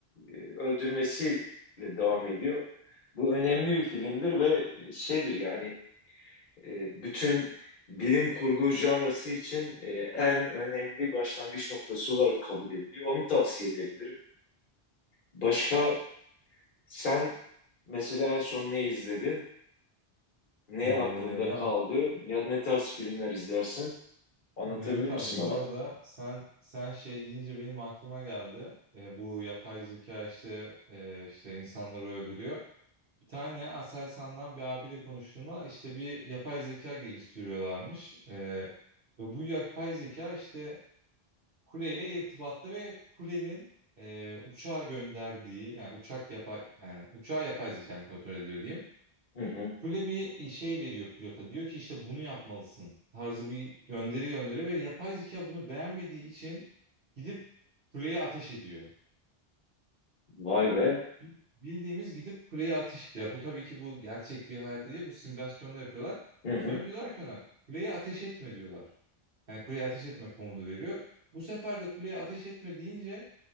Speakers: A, on the left; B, on the right.
A: e, öldürmesiyle devam ediyor. Bu önemli bir filmdir ve e, şeydir yani e, bütün bilim kurgu janrası için e, en önemli başlangıç noktası olarak kabul ediliyor. Onu tavsiye edebilirim. Başka sen mesela en son ne izledin? Ne
B: Ee,
A: aklında
B: ya
A: kaldı? Ya ne tarz filmler izlersin? Anlatabilir
B: Mehmet
A: misin
B: abi bu
A: bana?
B: arada sen sen şey deyince benim aklıma geldi. Ee, bu yapay zeka işte e, işte insanları öldürüyor. Bir tane Aselsan'dan bir abiyle konuştuğumda işte bir yapay zeka geliştiriyorlarmış. Ee, ve bu yapay zeka işte kuleyle irtibatta ve kulenin e, uçağa gönderdiği yani uçak yapay yani uçağı yapay zeka kontrol ediyor diyeyim.
A: Hı hı.
B: Kule bir e, şey veriyor pilota diyor ki işte bunu yapmalısın tarzı bir gönderi gönderiyor ve yapay zeka bunu beğenmediği için gidip kuleye ateş ediyor.
A: Vay be.
B: Bi- Bildiğimiz gidip kuleye ateş ediyor. Bu tabii ki bu gerçek bir hayatta değil bu simülasyonda yapıyorlar.
A: Hı hı.
B: Sonra diyorlar ki ona kuleye ateş etme diyorlar. Yani kuleye ateş etme komutu veriyor. Bu sefer de kuleye ateş etme deyince